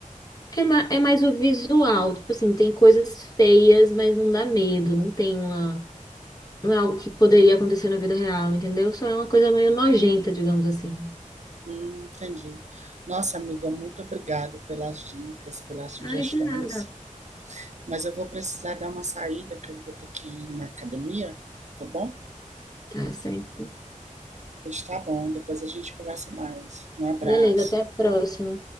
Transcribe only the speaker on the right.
Hum, entendi. Nossa, amiga, muito obrigado pelas dicas, pelas sugestões.
Mas eu vou precisar dar uma saída, que eu vou ter que ir na academia, tá bom?
Pois tá bom, depois a gente conversa mais. Um abraço.